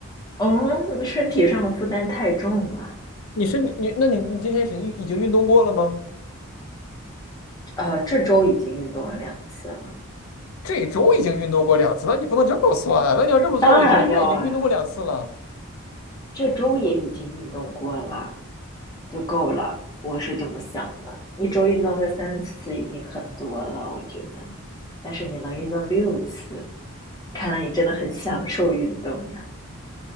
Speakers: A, on the left; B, on the left.
A: 嗯，身体上的负担太重了。
B: 你是你，那你你今天是已已经运动过了吗？
A: 呃，这周已经运动了两次了，
B: 这周已经运动过两次，那你不能这么算啊。那你要这么算，
A: 当然要呀。
B: 我一个月已经运动过两次了。
A: 这周也已经运动过了，就够了。我是这么想的，一周运动个三次已经很多了，我觉得。但是你能运动六次，看来你真的很享受运动呀。